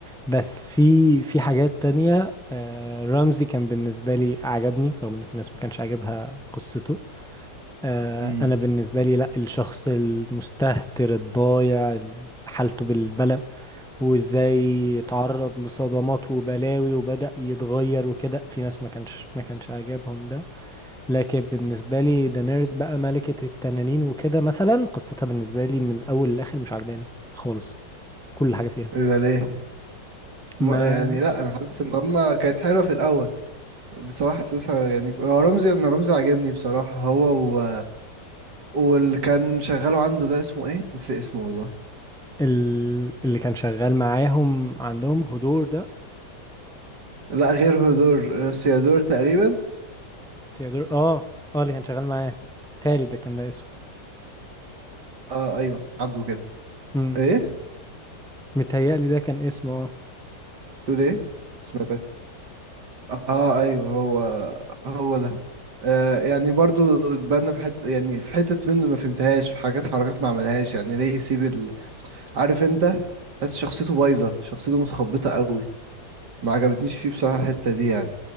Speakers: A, in the centre; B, on the right.
A: بس في في حاجات تانية آه، رمزي كان بالنسبة لي عجبني رغم ان في ناس ما كانش عاجبها قصته آه،
B: امم
A: انا بالنسبة لي لا الشخص المستهتر الضايع ال- حالته بالبلى وازاي اتعرض لصدمات وبلاوي وبدأ يتغير وكده في ناس ما كانش ما كانش عاجبهم ده لكن بالنسبة لي دانيرز بقى ملكة التنانين وكده مثلا قصتها بالنسبة لي من الاول للاخر مش عجباني خالص كل حاجة فيها
B: ايه ده ليه
A: ما
B: ما- يعني لا انا حاسس ان هما كانت حلوه في الاول بصراحه حاسسها يعني هو رمزي انا رمزي عاجبني بصراحه هو و... واللي كان شغاله عنده ده اسمه ايه نسي اسمه والله
A: ال- اللي كان شغال معاهم عندهم هدور ده
B: لا غير هدور سيادور تقريبا
A: سيادور اه اه اللي كان شغال معاه تالي ده كان ده اسمه
B: اه ايوه عدوا كده
A: امم
B: ايه
A: متهيألي ده كان اسمه اه
B: تقول ايه سمعتك اه ايوه هو هو ده آه يعني برضو اتبنى في حته يعني في حتت منه ما فهمتهاش في حاجات حركات ما عملهاش يعني ليه يسيب ال... عارف انت تحس شخصيته بايظه شخصيته متخبطه قوي ما عجبتنيش فيه بصراحه الحته دي يعني